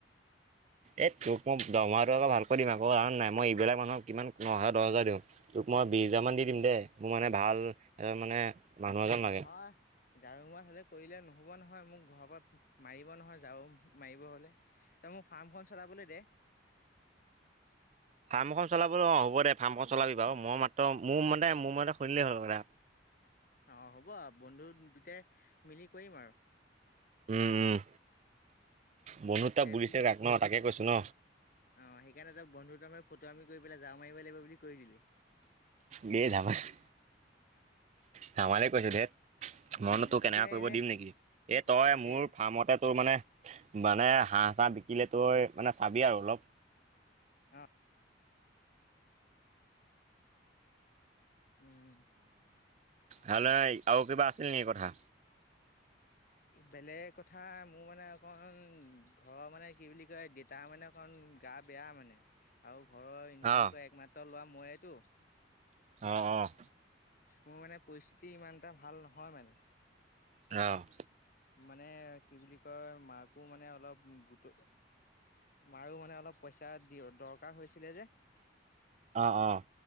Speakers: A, on the right; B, on the left.
A: এই তোক মই দমহাটো আকৌ ভালকৈ দিম আকৌ কাৰণ নাই মই এইবিলাক মানুহক কিমান নহ হাজাৰ, দহ হাজাৰ দিওঁ। তোক মই বিশ হোজাৰ মান দি দিম দেই মোৰ মানে ভাল মানে মানুহ এজন লাগে।
B: নহয়। ঝাৰু মাছ হলে কৰিলে নহব নহয় মোক ঘৰৰ পৰা মাৰিব নহয় ঝাৰু মাৰিব হ'লে তোই মোক ফাৰ্মখন চলাবলৈ দে।
A: ফাৰ্ম এখন চলাবলৈ অ, হ'ব দে ফাৰ্মখন চলাবি বাৰু মই মাত্ৰ মোৰ মতে মোৰ মতে খুনিলেই হ'ল এটা।
B: অ, হ'ব বন্ধু দুটাই। মিলি কৰিম আৰু
A: উম, উম, বন্নু তা বুলিছে
B: পিছ
A: তাক। ন, তাকে কৈছো ন।
B: অ, সেইকাৰণে তই বন্ধু তাৰমাৰ ফটো আমি কৰি পেলাই যাৱা মাৰিব লাগিব বুলি কৰি দিলি।
A: দে ধামালি, ধামালি কৈছো দেত মই
B: উম
A: তোৰ
B: পিছে
A: কেনেকা কৰিব
B: এনে
A: দিম নেকি এই তই
B: তাকে
A: মোৰ ফাৰ্মতে তোৰ মানে মানে হাঁহ, চাঁহ বিকিলে তই মানে চাবি আৰু অলপ
B: অ উম
A: হেল্ আৰু কিবা আছিল নেকি কথা?
B: বেলেগ কথা মোৰ মানে অকণ ঘৰৰ মানে কি বুলি কয় দেতা মানে কাৰণ গা বেয়া মানে আৰু ঘৰৰ ইনকাম
A: অ'।
B: কৰে একমাত্ৰ। ল'ৰা ময়েতো।
A: অ', অ'।
B: মোৰ মানে পৰিস্থিতি ইমান এটা ভাল নহয় মানে।
A: অ'।
B: মানে কি বুলি কয় মাকো মানে অলপ গোট মাৰো মানে অলপ পইচা দৰকাৰ হৈছিলে যে।
A: অ', অ'।